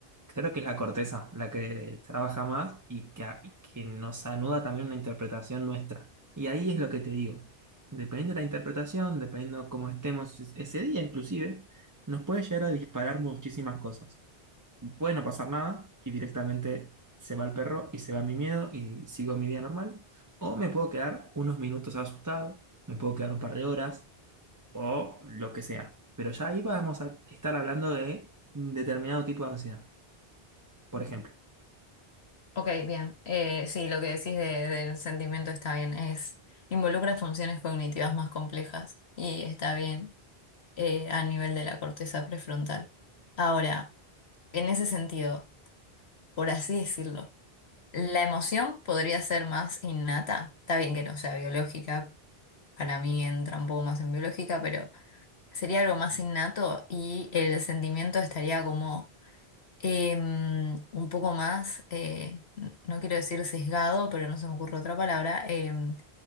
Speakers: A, on the right (about 20°); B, on the left (about 85°).
A: creo que es la corteza la que trabaja más y que, y que nos anuda también una interpretación nuestra. Y ahí es lo que te digo. Dependiendo de la interpretación, dependiendo cómo estemos es- ese día inclusive, nos puede llegar a disparar muchísimas cosas puede no pasar nada y directamente se va el perro y se va mi miedo y sigo mi día normal. O me puedo quedar unos minutos asustado, me puedo quedar un par de horas o lo que sea. Pero ya ahí vamos a estar hablando de un determinado tipo de ansiedad, por ejemplo.
B: Ok, bien. Eh, sí, lo que decís de- del sentimiento está bien. Es, involucra funciones cognitivas más complejas y está bien eh, a nivel de la corteza prefrontal. Ahora, en ese sentido, por así decirlo, la emoción podría ser más innata. Está bien que no sea biológica, para mí entra un poco más en biológica, pero sería algo más innato y el sentimiento estaría como em, un poco más, eh, n- no quiero decir sesgado, pero no se me ocurre otra palabra, em,